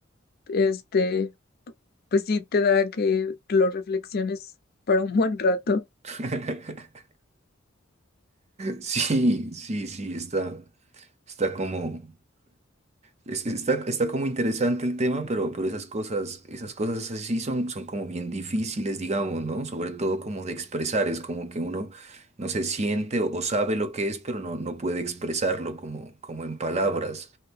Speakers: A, on the left; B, on the right.
A: Este, pues sí te da que lo reflexiones para un buen rato.
B: <laughs> Sí, sí, sí, está, está como... Es- Está, está como interesante el tema, pero, pero esas cosas, esas cosas así sí son, son como bien difíciles, digamos, ¿no? Sobre todo como de expresar, es como que uno no se siente o, o sabe lo que es, pero no, no puede expresarlo como, como en palabras,